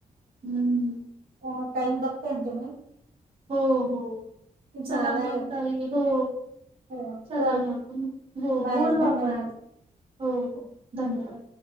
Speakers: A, on the right; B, on the right.
A: हम्म
B: अ टाईम बघताय ना तुम्ही
A: हो हो चला
B: झालाय
A: मग काही हो
B: हो
A: चला
B: कर
A: मग हो
B: बाय
A: बोलू
B: धन्यवाद
A: आपण हो धन्यवाद